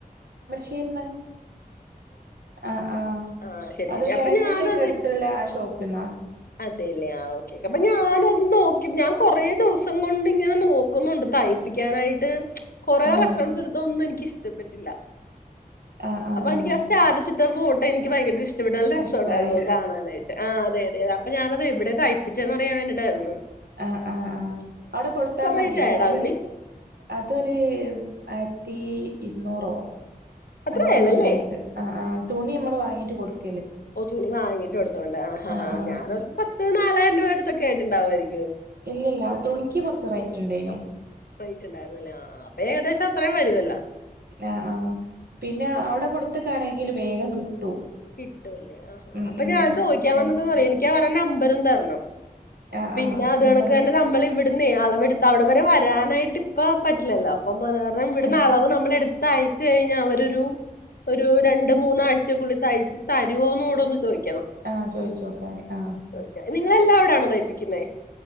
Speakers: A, on the right; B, on the left.
A: കീർന്ന് ആ ആഹ
B: ആ ശരി
A: അത്
B: ശരി അപ്പൊ
A: ഫാഷന്റെ
B: ഞാനത്
A: ഒക്കെ അടുത്തുള്ള ആ ഷോപ്പന്നാ
B: അതെല്ലേ ആ ഓക്കേ ഓക്കെ അപ്പൊ ഞാനത് നോ- ഞാൻ കൊറെേ ദിവസം കൊണ്ട് ഇങ്ങനെ നോക്കുന്നുണ്ട് തയ്പ്പിക്കാനായിട്ട്. കൊറെ
A: ആ
B: റഫറൻസ് എടുത്തൊന്നും എനിക്ക് ഇഷ്ടപ്പെട്ടില്ല
A: ആ ആ
B: അപ്പൊ എനിക്ക്-
A: ആ
B: ി പോട്ടെ എനി ഭയങ്കര ഇഷ്ടം ഇച്ചപ്പെ നല്ല രസംണ്ടായിരുന്നുത്
A: ഇഷ്ടായി
B: കാണാനായിട്ട് ആ അതെത അപ്പൊ ഞാനത് എവിടെ
A: ആ
B: തയ്പ്പിച്ചതെന്നറിയാൻ വേണ്ടിയിട്ടായിരുന്നു
A: ആഹ് ആഹ ആഹ അവിടെ കൊടുത്താ മതി
B: റേറ്റ്
A: എന്നാല്
B: ആയടാ അതിന്
A: അതൊരു ആ.. ഇരുന്നൂറോ
B: അത്ര
A: അങ്ങനെ
B: ആയുള്ളല്ലേ
A: അങ്ങനെ ആയത് ആ ആ തുണി നമ്മൾ വാങ്ങീട്ട് കൊടുക്കും
B: ഓ തുണി വങ്ങിട്ട്ടുത്തോണ്ട് ആഹാഹാ
A: ആഹ് ആഹ്
B: ഞാനൻ അവർക്ക് പത്തും നാലായിരം രൂപ എടുത്തൊക്കെ ആയിട്ട്ുണ്ടാുമായിരിക്കും
A: ഇല്ല ഇല്ല തുണിക്ക് കൊറച്ച് റൈറ്റ് ഉണ്ടേനു
B: ണ്ടായിരുന്ന അപ്പ ഏകദേശം അത്രയും വരുവല്ലോ
A: ആഹ ആഹ് പിന്നെ അവിടെ കൊടുത്തക്കാണെങ്കിൽ വേഗം കിട്ടും
B: കിട്ടൂല്ലേ ആഹാ
A: ഉം
B: അപ്പൊ
A: ഉം
B: ഞാൻ ചോദിക്കാൻ വന്നന്താ പറ എനിക്കാ പറഞ്ഞ നമ്പരും തരണം
A: ആഹ്
B: പിന്നെ
A: ആഹ്
B: അത്
A: നമ്പറ്
B: കണക്ക് തന്നെ നമ്മൾ ഇവിടുന്ന അളവെടുത്ത് അവിടെ വരെ വരാനായിട്ട് ഇപ്പ പറ്റില്ലല്ലോ അപ്പം അത കാരണം ഇവിടുന്നന്ന്
A: ആഹ്
B: അളവ് നമ്മള എടു- ത്ത അയച്ച കഴിഞ്ഞ അവരരു ഒരു രണ്ട മൂന്നാഴ്ചക്കുള്ളിൽ തയ്ച്ച് തരുവോന്നോൂട ഒന്ന് ചോദിക്കു?
A: ആഹ! ചോയിച്ച നോക്കാന ആഹ!
B: ചോദിക്കാം നിങ്ങളെല്ലാം അവിടെ ആണോ തയിപ്പിക്കുന്നേ?